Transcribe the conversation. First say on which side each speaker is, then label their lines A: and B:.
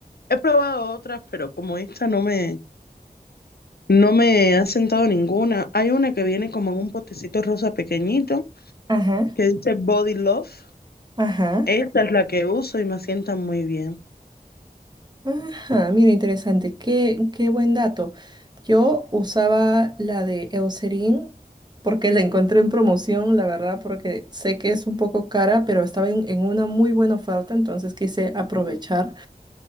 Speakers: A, on the left; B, on the right.
A: he probado otras, pero como esta no me, no me ha sentado ninguna. Hay una que viene como en un potecito rosa pequeñito
B: Ajá,
A: que dice Body Love.
B: ajá.
A: Esta es la que uso y me sienta muy bien.
B: Ajá, mira, interesante. Qué, qué buen dato. Yo usaba la de Eucerin porque la encontré en promoción, la verdad, porque sé que es un poco cara, pero estaba en, en una muy buena oferta, entonces quise aprovechar.